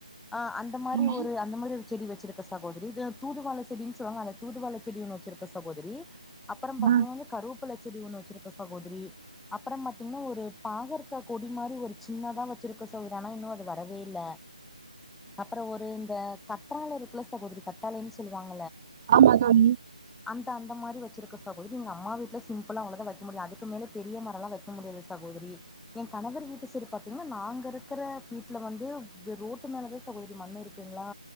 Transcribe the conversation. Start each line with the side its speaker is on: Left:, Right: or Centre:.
Centre: ஆ அந்த மாரி
Right: ஆமா
Centre: ஒரு அந்த மாரி ஒரு செடி வச்சிருக்க சகோதரி இது தூதுவாள செடின்னு சொல்லுவாங்கள அந்த தூதுவாள செடி ஒன்னு வச்சிருக்கோ சகோதரி அப்ற பாத்தீங்கன்னா
Right: ஆ
Centre: வந்து கருவப் வேப்பல செடி ஒன்னு வச்சிருக்கோ சகோதரி அப்ற பாத்தீங்கன்னா ஒரு பாகற்கா கொடி மாரி ஒரு சின்னதா வச்சிருக்கோ சகோதரி ஆனா இன்னு அது வரவே இல்ல அப்ற ஒரு இந்த கற்றால இருக்குல சகோதரி கத்தாலைன்னு சொல்லுவாங்க
Right: ஆமா தோழி
Centre: அந்த மாரி வச்சிருக்கோ சகோதரி எங்க அம்மா வீட்ல சிம்பிள்லா அவ்ளோதா வைக்க முடியு அதுக்கு மேலே பெரிய மரலா வைக்க முடியாது சகோதரி எ கணவர் வீட்டு சிறு பாத்தீங்கன்னா நாங்க இருக்கிற வீட்டுல வந்து ரோட்டு மேலதா சகோதரி மண்ணு இருக்குங்களா